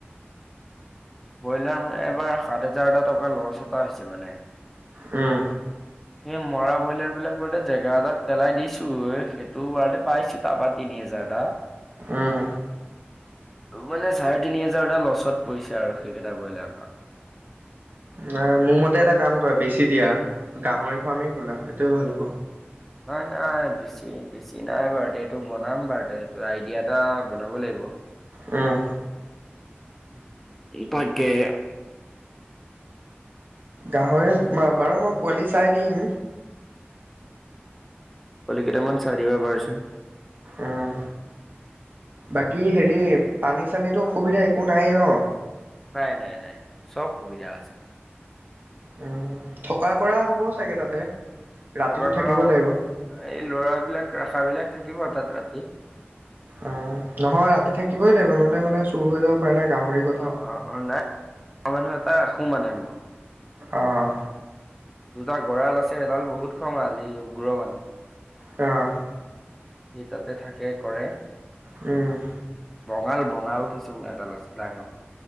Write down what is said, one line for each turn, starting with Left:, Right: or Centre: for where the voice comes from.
Centre: ব্ৰইলাৰ মানে এবাৰ সাত হাজাৰটা টকা লছ এটা হৈছে মানে।
Right: উম।
Centre: সে মৰা ব্ৰইলাৰবিলাক বাৰুতে জেগা এটাত পেলাই দিছোঁ এ, সেইটোও বাৰুতে পাইছ তাৰপা তিনি হেজাৰ এটা।
Right: উম।
Centre: মানে চাৰে তিনি হাজাৰটা লছত পৰিছে আৰু সেইকেইটা ব্ৰইলাৰপা।
Right: নাই মোৰ মতে এটা কাম কৰা বেচি দিয়া, গাহৰি ফাৰ্মেই খোলা সেইটোয়ে ভাল হ'ব।
Centre: নাই নাই বেচি বেছি নাই বাৰুতে, এইটো বনাম বাৰুতে। আইডিয়া এটা বনাব লাগিব।
Right: উম।
Centre: <unintelligible>
Right: গাহৰি বা-বাৰু মই পোৱালি চাই দিম।
Centre: পোৱালি কেইটামান চাই দিবা বাৰচোন।
Right: উম। বাকী হেৰি পানী চানীটো অসুবিধা একো নায়েই ন'?
Centre: নাই নাই নাই, চব সুবিধা আছে।
Right: উম, থকা কৰা হ'ব চাগে তাতে। ৰাতিটো
Centre: থকা
Right: থাকিব
Centre: কৰা
Right: লাগিব।
Centre: এই লৰাবিলাক ৰাখা বিলাক থাকিব তাত ৰাতি।
Right: অ নহয় ৰাতি থাকিবই লাগিব নহলে মানে চুৰ হৈ যাব পাৰে নাই গাহৰি। কথা।
Centre: অ অ অ নাই মানুহ এটা ৰাখো মানে মই।
Right: অঁ।
Centre: দুটা গঁৰাল আছে এডাল বহুত খঙাল ই উগ্ৰৰ মানুহ
Right: কা।
Centre: সি তাতে থাকে কৰে।
Right: উম।
Centre: বঙাল বঙাল কিছু <inaudible> এডাল আছে ডাঙ।